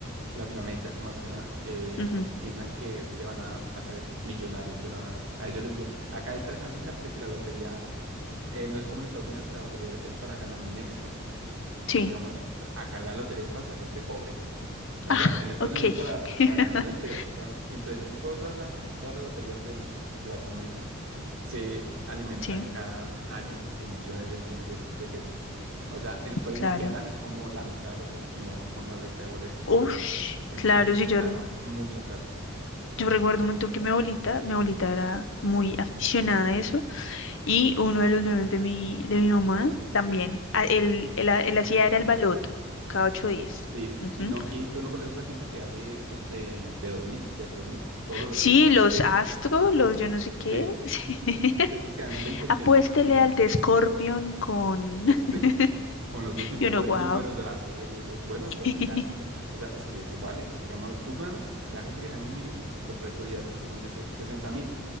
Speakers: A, on the right; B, on the left.
A: Latinoamérica, que más que nada, eh,
B: ujú,
A: piensan que se van a hacer millonarios de la nada. A ellos les, gu- Acá está el handicap de que la lotería Eh, no es como en Estados Unidos, que la lotería es para ganar un extra,
B: Sí.
A: porque digamos, acá la lotería es para salir de pobre. Allá
B: Ah,
A: en Estados
B: ok.
A: Unidos para,
B: <laughs>
A: para ganar un extra y acá es para... Entonces, en todas las, todas las loterías del- de, Latinoamérica se alimentan
B: Sí,
A: cada año de millones de millones de, de pesos. O sea, el premio
B: claro.
A: que dan es como la mitad de lo que ellos generan con la venta de boletos.
B: Ush,
A: En-
B: claro,
A: Ellos generan
B: sí, yo, re-
A: mucha plata.
B: yo recuerdo un montón que mi abuelita, mi abuelita era muy aficionada a eso y uno de los novios de mi, de mi mamá también, a- él, él, ha- él hacía era el baloto cada ocho días.
A: Sí,
B: Ujú.
A: y no, y tú no conoces a gente que hace esos de, de 2.000 de 3.000 todos los
B: Sí,
A: días.
B: los astros, los yo no sé qué.
A: Sí.
B: <laughs> sí.
A: Esos quedan 20
B: Apuéstele
A: millones, 15 millones.
B: al de Scorpion
A: <laughs>
B: con... <laughs>
A: Sí. Con los últimos
B: Y uno,
A: tres
B: wow.
A: números de la serie. y yo, bueno,
B: <laughs>
A: pues es cada quien. ga- O sea, es que eso vale. Digamos, tú ganas, la gente que gana un mínimo, con precio diario, imagínate, sesenta mil.